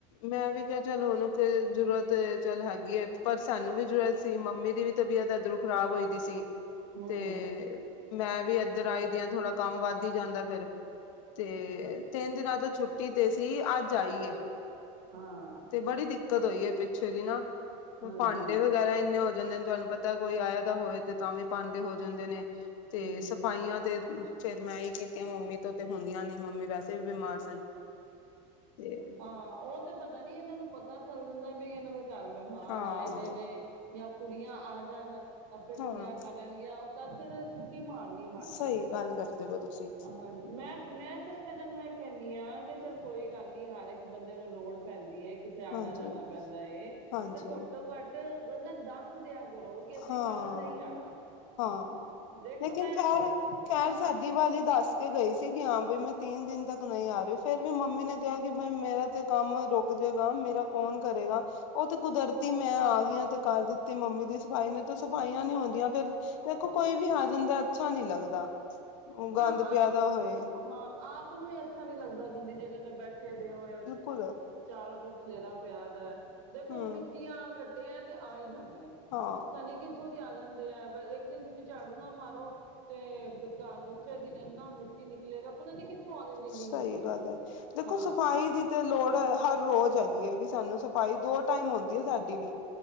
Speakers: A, on the left; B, on the right.
A: ਮੈਂ ਵੀ ਕਿਆ ਚੱਲ ਉਨੂੰ ਜ਼ਰੂਰਤ ਚੱਲ ਹੈਗੀ ਐ ਪਰ ਸਾਨੂੰ ਵੀ ਜ਼ਰੂਰਤ ਸੀ ਮੰਮੀ ਦੀ ਵੀ ਤਬੀਅਤ ਐਧਰੋ ਖ਼ਰਾਬ ਹੋਈ ਦੀ ਸੀ
B: ਹਮ
A: ਤੇ ਮੈਂ ਵੀ ਇੱਧਰ ਆਈ ਦੀ ਆ ਥੋੜਾ ਕੰਮ ਵੱਧ ਈ ਜਾਂਦਾ ਫੇਰ ਤੇ ਤਿੰਨ ਦਿਨਾਂ ਤੋਂ ਛੁੱਟੀ ਤੇ ਸੀ ਅੱਜ ਆਈ ਐ
B: ਹਾਂ
A: ਬੜੀ ਦਿਕਤ ਹੋਈ ਐ ਪਿੱਛੋਂ ਜਿ ਨਾ
B: ਹਾਂਜੀ
A: ਭਾਂਡੇ ਵਗੈਰਾ ਇੰਨੇ ਹੋ ਜਾਂਦੇ ਨੇ ਤੁਹਾਨੂੰ ਪਤਾ ਕੋਈ ਆਇਆ ਦਾ ਹੋਏ ਤੇ ਤਾਂ ਵੀ ਭਾਂਡੇ ਹੋ ਜਾਂਦੇ ਨੇ ਤੇ
B: ਹਮ
A: ਸਫ਼ਾਈਆਂ ਤੇ ਫੇਰ ਮੈਂ ਈ ਕੀਤੀਆਂ ਮੰਮੀ ਤੋਂ ਤੇ ਹੁੰਦੀਆਂ ਨੀ ਮੰਮੀ ਵੈਸੇ ਵੀ ਬਿਮਾਰ ਸਨ ਤੇ
B: ਹਾਂ ਉਹ ਤੇ ਪਤਾ ਨੀ ਇਨਾਂ ਨੂੰ ਪਤਾ ਚੱਲ ਜਾਂਦਾ ਵੀ ਇਨਾਂ ਦੇ ਘਰ ਮਹਿਮਾਨ
A: ਹਾਂ
B: ਆਏ ਦੇ ਨੇ ਜਾਂ ਕੁੜੀਆਂ ਆ ਜਾਣ ਆਪੇ ਕੁੜੀਆਂ
A: ਹਾਂ
B: ਕਰ ਲੈਣਗੀਆਂ ਤਦ ਇਨਾਂ ਨੇ ਛੁੱਟੀ ਮਾਰਨੀ ਮਾਰਨੀ
A: ਸਹੀ
B: ਏ
A: ਗੱਲ ਕਰਦੇ ਹੋ ਤੁਸੀਂ
B: ਹਾਂਜੀ ਮੈਂ ਮੈਂ ਸਿਰਫ ਇਨਾਂ ਨੂੰ ਇਹ ਕਹਿੰਨੀ ਹਾਂ ਕਿ ਚਲ ਕੋਈ ਗੱਲ ਨੀ ਹਰ ਇੱਕ ਬੰਦੇ ਨੂੰ ਲੋੜ ਪੈਂਦੀ ਏ ਕਿਤੇ ਆਣਾ
A: ਹਾਂਜੀ
B: ਜਾਣਾ ਪੈਂਦਾ ਏ
A: ਹਾਂਜੀ
B: ਤੇ ਘੱਟੋ ਘੱਟ ਬੰਦਾ ਦਸ ਦਸ ਦਿਆਂ ਕਰੋ ਕਿ ਅਸੀਂ
A: ਹਾਂ
B: ਕੱਲ ਨਈ ਆਣਾ
A: ਹਾਂ
B: ਦੇਖੋ
A: ਲੇਕਿਨ
B: ਮੈਂ
A: ਖੈਰ ਖੈਰ
B: ਹਾਂ
A: ਸਾਡੀ ਵਾਲੀ ਦੱਸ ਕੇ ਗਈ ਸੀਗੀ ਕੀ ਹਾਂ ਬਈ ਮੈਂ ਤਿੰਨ ਦਿਨ ਤੱਕ ਨਈ ਆ ਰਹੀ ਫਿਰ ਵੀ ਮੰਮੀ ਨੇ ਕਿਹਾ ਕਿ ਬਈ ਮੇਰਾ ਤੇ ਕੰਮ ਰੁਕ ਜੇਗਾ ਮੇਰਾ ਕੌਣ ਕਰੇਗਾ ਉਹ ਤੇ ਕੁਦਰਤੀ ਮੈਂ ਆ ਗਈ ਆ ਤੇ ਕਰ ਦਿੱਤੀ ਮੰਮੀ ਦੀ ਸਫਾਈ ਨੀ ਤਾਂ ਸਫਾਈਆਂ ਨੀ ਹੁੰਦੀਆਂ ਫੇਰ ਦੇਖੋ ਕੋਈ ਵੀ ਆ ਜਾਂਦਾ ਅੱਛਾ ਨੀ ਲੱਗਦਾ ਗੰਦ
B: ਹਾਂ ਆਪ
A: ਪਿਆਦਾ ਹੋਏ
B: ਹਾਂ ਆਪ ਨੂੰ ਈ ਅੱਛਾ ਨੀ ਲੱਗਦਾ ਗੰਦੀ ਜਗ੍ਹਾ ਤੇ ਬੈਠੇ ਦੇ ਹੋ
A: ਕੁਲ
B: ਚਾਰੋਂ ਤਰਫ ਖਲੇਰਾ ਪਿਆ ਦੈ ਦੇਖੋ
A: ਹਮ
B: ਮਿੱਟੀਆਂ ਘਟਿਆ ਤੇ ਆ ਹੀ ਜਾਣੇ ਹੈ।
A: ਹਾਂ।
B: ਕਿੱਥੋਂ ਦੀ ਆ ਜਾਂਦੇ ਆ ਇੱਕ ਦਿਨ ਤੁਸੀਂ ਝਾੜੂ ਨਾ ਮਾਰੋ ਤੇ। ਸਵੇਰ ਦਿਨ ਇੰਨਾ ਮਿੱਟੀ ਨਿਕਲੇਗਾ ਪਤਾ ਨੀ ਕਿੱਥੋਂ ਆ ਜਾਂਦੀ ਇੰਨੀ
A: ਸਹੀ
B: ਮਿੱਟੀ
A: ਗੱਲ ਹੈ। ਦੇਖੋ
B: ਹਾਂ।
A: ਸਫ਼ਾਈ ਦੀ ਤੇ ਲੋੜ ਹਰ ਰੋਜ਼ ਹੈਗੀ ਏ ਕਿ ਸਾਨੂੰ ਸਫਾਈ ਦੋ ਟਾਈਮ ਹੂੰਦੀ ਹੈ ਸਾਡੀ ਵੀ।